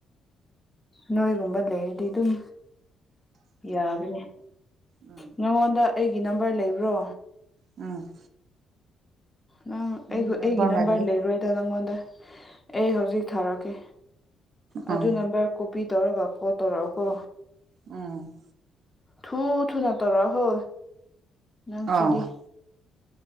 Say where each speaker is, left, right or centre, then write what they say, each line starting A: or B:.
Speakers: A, on the left (about 15°); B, on the right (about 60°).
A: ꯅꯣꯏꯒꯨꯝꯕ ꯂꯩꯔꯗꯤ ꯑꯗꯨꯝ ꯌꯥꯕꯅꯦ
B: ꯎꯝ
A: ꯅꯉꯣꯟꯗ ꯑꯩꯒꯤ ꯅꯝꯕꯔ ꯂꯩꯕ꯭ꯔꯣ
B: ꯎꯝ
A: ꯅꯪ
B: ꯅꯪꯒꯤ
A: ꯑꯩꯒ ꯑꯩꯒꯤ ꯅꯝꯕꯔ
B: ꯍꯥꯏꯕꯗꯤ
A: ꯂꯩꯔꯣꯏꯗ ꯅꯪꯉꯣꯟꯗ ꯑꯩ ꯍꯧꯖꯤꯛ ꯊꯥꯔꯛꯀꯦ
B: ꯎꯝ
A: ꯑꯗꯨ ꯅꯝꯕꯔ ꯀꯣꯄꯤ ꯇꯧꯔꯒ ꯀꯣꯜ ꯇꯧꯔꯛꯑꯣꯀꯣ
B: ꯎꯝ
A: ꯊꯨ ꯊꯨꯅ ꯇꯧꯔꯛꯑꯣꯍꯣ ꯅꯪꯁꯤꯗꯤ
B: ꯑꯣ